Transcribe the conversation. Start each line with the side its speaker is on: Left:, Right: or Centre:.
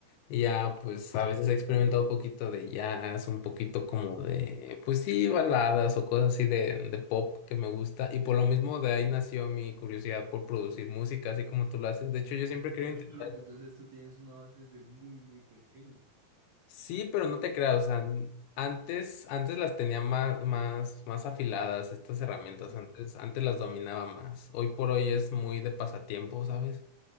Left: Y ya, pues a veces he experimentado un poquito de jazz, un poquito como de, pues sí, baladas o cosas así de, de pop que me gusta. Y por lo mismo de ahí nació mi curiosidad por producir música, así como tú lo haces. De hecho, yo siempre quería
Right: Uy,
Left: intentar
Right: pero entonces tú tienes una base desde muy, muy pequeño.
Left: Sí, pero no te creas, o sea, n- antes, antes las tenía más, más, más afiladas estas herramientas,
Right: Sí.
Left: antes, antes las dominaba más. Hoy por hoy es muy de pasatiempo, ¿sabes?